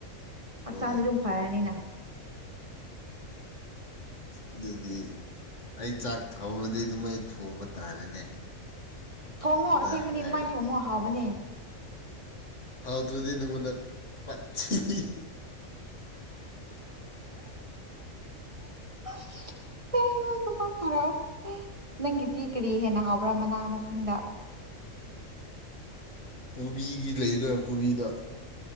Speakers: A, on the right; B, on the left.
A: ꯍꯛꯆꯥꯡꯗꯤ
B: ꯑꯥ
A: ꯑꯗꯨꯝ ꯐꯔꯅꯤꯅ
B: ꯑꯗꯨꯗꯤ ꯑꯩ ꯆꯥꯛ ꯊꯣꯡꯉꯗꯤ ꯑꯗꯨꯃꯥꯏ ꯊꯣꯡꯕ ꯇꯥꯔꯦꯅꯦ
A: ꯊꯣꯡꯉꯣ
B: ꯍꯟꯗꯛ
A: ꯑꯁꯦꯡꯕꯅꯦ
B: ꯍꯜꯂꯛꯑꯒ
A: ꯑꯗꯨꯃꯥꯏꯅ ꯊꯣꯡꯉꯣ ꯍꯥꯎꯕꯅꯦ
B: ꯍꯥꯎꯗ꯭ꯔꯗꯤ ꯅꯪꯉꯣꯟꯗ ꯋꯥꯊꯤꯗꯤ
A: ꯍ <inaudible> ꯊꯥꯔꯛꯑꯣ ꯅꯪꯒꯤꯗꯤ ꯀꯔꯤ ꯍꯦꯟꯅ ꯍꯥꯎꯕ꯭ꯔꯥ ꯃꯅꯥ ꯃꯁꯤꯡꯗ <inaudible>
B: ꯀꯣꯕꯤꯒꯤ ꯂꯩꯅ ꯀꯣꯕꯤꯗ